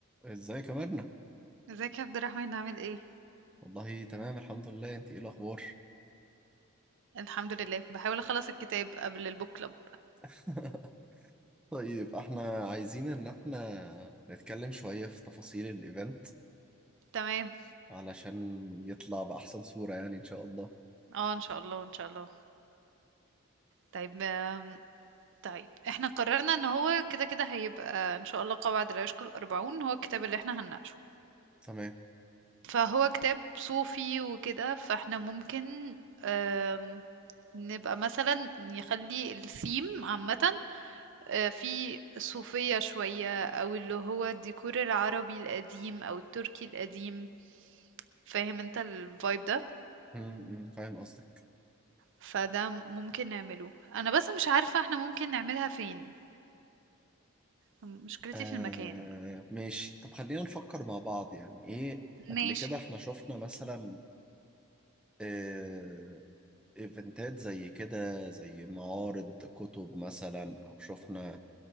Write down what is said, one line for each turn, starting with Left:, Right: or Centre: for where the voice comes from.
Centre: ازيك يا مرنة؟
Right: ازيك يا عبد الرحمن عامل ايه
Centre: والله تمام الحمد لله انت ايه الاخبار؟
Right: الحمد لله بحاول اخلص الكتاب قبل البوك كلوب
Centre: <laughs> طيب احنا عايزين ان احنا نتكلم شوية في تفاصيل الايفنت
Right: تمام
Centre: علشان يطلع بأحسن صورة يعني ان شاء الله
Right: اه ان شاء الله ان شاء الله طيب آم، طيب احنا قررنا ان هو كده كده هيبقى ان شاء الله قواعد لا يشكل الاربعون هو الكتاب اللي احنا هنناقشه
Centre: تمام
Right: فهو كتاب صوفي وكده فاحنا ممكن آم، نبقى مثلا نخلي الثيم عامة آه، في الصوفية شوية أو اللي هو الديكور العربي القديم أو التركي القديم فاهم انت الفايب ده
Centre: م- م، فاهم قصدك
Right: فده ممكن نعمله انا بس مش عارفة احنا ممكن نعملها فين مشكلتي
Centre: آه
Right: في المكان
Centre: ماشي طب خلينا نفكر مع بعض يعني ايه قبل
Right: ماشي
Centre: كده احنا شفنا مثلا آه ايفنتات زي كده زي معارض كتب مثلا او شفنا